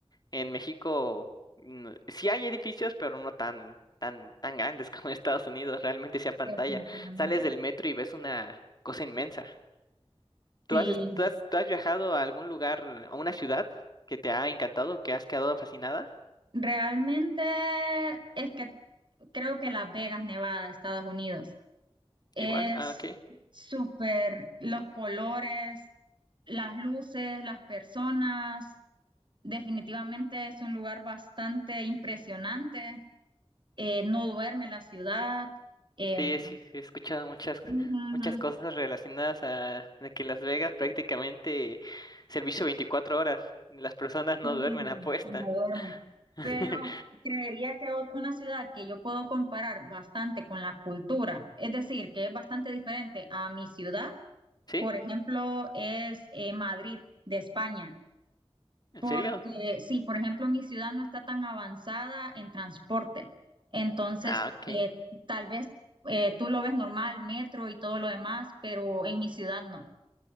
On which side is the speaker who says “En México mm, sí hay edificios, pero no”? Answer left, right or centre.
Left